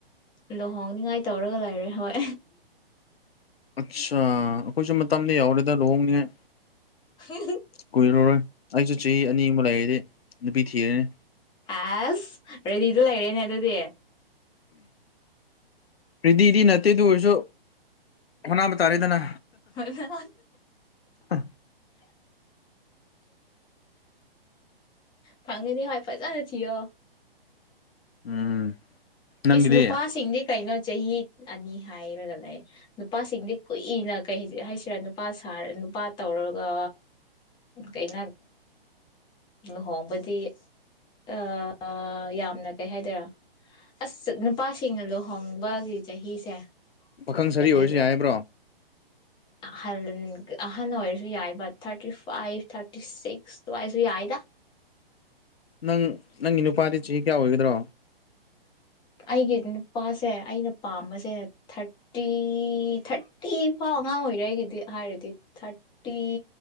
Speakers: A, on the left (about 15°); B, on the left (about 80°).
A: ꯂꯨꯍꯣꯡꯅꯤꯡꯉꯥꯏ ꯇꯧꯔꯒ ꯂꯩꯔꯦ ꯍꯣꯏ
B: ꯑꯠꯆꯥ ꯑꯩꯈꯣꯏꯁꯨ ꯃꯇꯝꯗ ꯌꯥꯎꯔꯦꯗ ꯂꯨꯍꯣꯡꯅꯤꯉꯥꯏ
A: ꯍ
B: ꯀꯨꯏꯔꯔꯣꯏ ꯑꯩꯁꯨ ꯆꯍꯤ ꯑꯅꯤꯃ ꯂꯩꯔꯗꯤ ꯅꯨꯄꯤ ꯊꯤꯔꯅꯤ
A: ꯑꯁ ꯔꯦꯗꯤꯗꯨ ꯂꯩꯔꯦꯅꯦ ꯑꯗꯨꯗꯤ
B: ꯔꯤꯗꯤꯗꯤ ꯅꯠꯇꯦ ꯑꯗꯨ ꯑꯣꯏꯔꯁꯨ ꯍꯧꯠꯅꯕ ꯇꯥꯔꯦꯗꯅ
A: ꯍ
B: ꯑ
A: ꯐꯪꯒꯅꯤ ꯍꯣꯏ ꯐꯖꯅ ꯊꯤꯌꯣ
B: ꯎꯝ ꯅꯪꯒꯤꯗꯤ
A: ꯏꯁ ꯅꯨꯄꯥꯁꯤꯡꯗꯤ ꯀꯩꯅꯣ ꯆꯍꯤ ꯑꯅꯤ ꯍꯥꯏꯔꯒ ꯂꯩ ꯅꯨꯄꯥꯁꯤꯡꯗꯤ ꯀꯨꯏꯅ ꯀ ꯍꯥꯏꯁꯤꯔꯥ ꯅꯨꯄꯥꯔ ꯅꯨꯄꯥ ꯇꯧꯔꯒ ꯀꯩꯩꯅꯣ ꯂꯨꯍꯣꯡꯕꯗꯤ ꯑ ꯌꯥꯝꯅ ꯀꯩ ꯍꯥꯏꯗꯣꯏꯔ ꯑꯁ ꯅꯨꯄꯥꯁꯤꯡꯅ ꯂꯨꯍꯣꯡꯕꯒꯤ ꯆꯍꯤꯁꯦ
B: ꯄꯥꯈꯪ ꯁꯔꯤ
A: ꯀꯩ ꯍꯥꯏꯗ꯭ꯔꯥ
B: ꯑꯣꯏꯔꯁꯨ ꯍꯥꯏꯕ꯭ꯔꯣ
A: ꯑꯍꯜ ꯑꯍꯜ ꯑꯣꯏꯔꯁꯨ ꯌꯥꯏꯕ ꯊꯥꯔꯇꯤ ꯐꯥꯏꯚ ꯊꯥꯔꯇꯤ ꯁꯤꯛꯁꯋꯥꯏ ꯑꯗꯨ ꯌꯥꯥꯏꯗ
B: ꯅꯪ ꯅꯪꯒꯤ ꯅꯨꯄꯥꯗꯤ ꯆꯍꯤ ꯀꯌꯥ ꯑꯣꯏꯒꯗ꯭ꯔꯣ
A: ꯑꯩꯒꯤ ꯅꯨꯄꯥꯁꯦ ꯑꯩꯅ ꯄꯥꯝꯕꯁꯦ ꯊꯥꯔꯇꯤ ꯊꯥꯔꯇꯤ ꯐꯥꯎ ꯑꯉꯥꯡ ꯑꯣꯏꯔꯤ ꯑꯩꯒꯤꯗꯤ ꯍꯥꯏꯔꯗꯤ ꯊꯥꯔ